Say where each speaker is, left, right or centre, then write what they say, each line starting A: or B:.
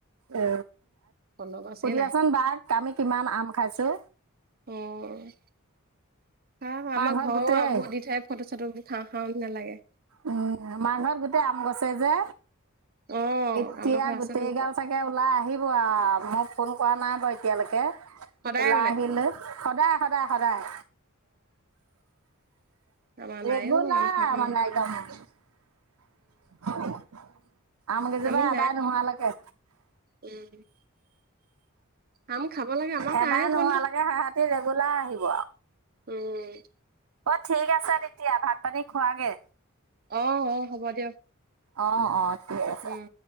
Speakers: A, on the right (about 85°); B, on the right (about 45°).
A: এ
B: ফলৰ গছে
A: সুধিবাচোন
B: নাই
A: বাক আমি কিমান আম খাইছো।
B: অ'। খা আমাৰ
A: ঘৰত
B: ঘৰৰো
A: গোটেই
B: আমবোৰ দি থয় ফটো-চটো বোৰ খা খাও। নালাগে।
A: উম, আমাৰ ঘৰত গোটেই আম গছেই যে।
B: অ',
A: এতিয়া
B: আমলখি আছে
A: গোটেই
B: তোমালোকৰ
A: গাল চাগে ওলাই আহিব আৰু মোক ফোন কৰা নাই বাৰু এতিয়ালৈকে।
B: সদায়
A: ওলাই আহিলৈ সদায় স সদায়, সদায়।
B: ৱাও আমাৰ
A: ৰেগুলাৰ
B: নাই অ' আম খাবৰ কাৰণে
A: মানে একদম <inaudible> আমকেইজোপা
B: আমি
A: আদায়
B: নাই খোৱা
A: নোহোৱালৈকে।
B: উম, আম খাব লাগে আমাৰ
A: এবাৰ
B: নাই
A: নোহোৱালৈকে
B: ক'তনো
A: সেহতি ৰেগুলাৰ আহিব।
B: উম,
A: অ' ঠিক আছে তেতিয়া ভাত পানী খোৱা গে।
B: আহ অ হ'ব দিয়ক।
A: অ অ। ঠিক আছে
B: উম।